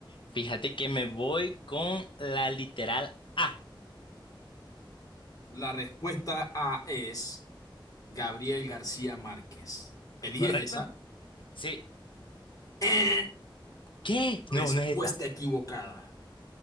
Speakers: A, on the left; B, on the left.
A: Fíjate que me voy con la literal A,
B: La respuesta A es Gabriel García Márquez. ¿Eliges
A: ¿correcto?
B: esa?
A: Sí.
B: Eh,
A: ¿Qué?
B: respuesta
A: No, no es esa.
B: equivocada.